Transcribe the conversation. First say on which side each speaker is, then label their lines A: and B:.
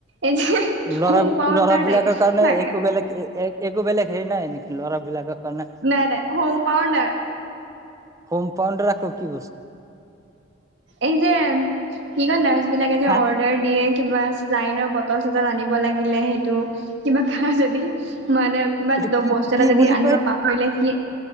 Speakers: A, on the right; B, on the right.
A: এই যে
B: ল'ৰা
A: হোম্পাউণ্ডাৰ
B: ল'ৰাবিলাকৰ
A: টাইপ
B: কাৰণে
A: লাগে।
B: একো বেলেগ একো বেলেগ হেৰি নাই নেকি ল'ৰাবিলাকৰ কাৰণে
A: নাই নাই হোমপাউণ্ডাৰ।
B: হোম্পাউণ্ডাৰ আকৌ কি বস্তু।
A: এই যে, কি কৈ নাৰ্ছ বিলাকে যে
B: হা
A: অ উদৰ দিয়ে কিবা চেলাইনৰ বতল -চতল আনিব লাগিলে সেইটো কিবা খাৱ যদি মই‌ অৰ্ডাৰ কিবা
B: এইটো কি
A: বস্তু
B: কি
A: এটা যদি
B: বুলি
A: আনিব
B: কয়
A: পাহৰিলে হি